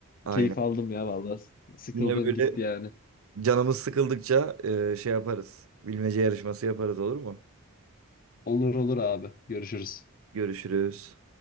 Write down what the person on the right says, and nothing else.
Aynen.
Yine böyle
canımız sıkıldıkça e, şey yaparız. Bilmece yarışması yaparız olur mu?
Görüşürüz.